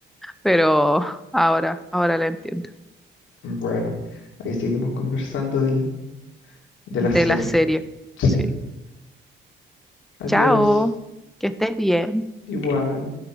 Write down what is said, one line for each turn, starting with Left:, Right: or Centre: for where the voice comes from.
Centre: pero ahora, ahora la entiendo.
Left: Bueno, ahí seguimos conversando del, de
Centre: De
Left: la serie.
Centre: la serie,
Left: Sí.
Centre: sí.
Left: Adiós.
Centre: Chao, que estés bien.
Left: Igual.